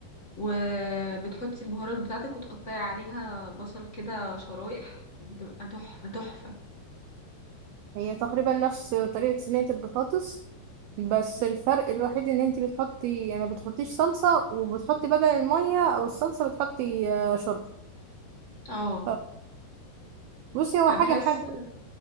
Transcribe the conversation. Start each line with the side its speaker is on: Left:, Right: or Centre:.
Left: وبتحطي البهارات بتاعتك وتقطعي عليها بصل كده شرايح بتبقى تحفة تحفة
Right: هي تقريبا نفس طريقة صينية البطاطس بس الفرق الوحيد ان انتي بتحطي يعني ما بتحطيش صلصة وبتحطي بدل المية او الصلصة بتحطي آه، شوربة
Left: اه
Right: ف- بصي هو حاجة
Left: بحس
Right: حلوة